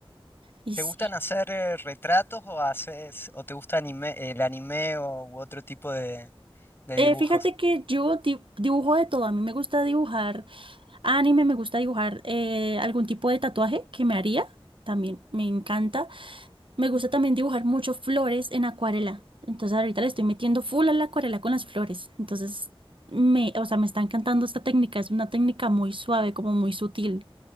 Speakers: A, on the right (about 60°); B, on the left (about 25°).
A: Y
B: ¿Te
A: sí.
B: gustan hacer eh, retratos o haces o te gusta anime- el anime o u otro tipo de, de dibujos?
A: Eh, fíjate que yo di- dibujo de todo. A mí me gusta dibujar anime, me gusta dibujar eh, algún tipo de tatuaje que me haría. También me encanta. Me gusta también dibujar mucho flores en acuarela. Entonces ahorita le estoy metiendo full a la acuarela con las flores. Entonces me, o sea, me está encantando esta técnica. Es una técnica muy suave, como muy sutil.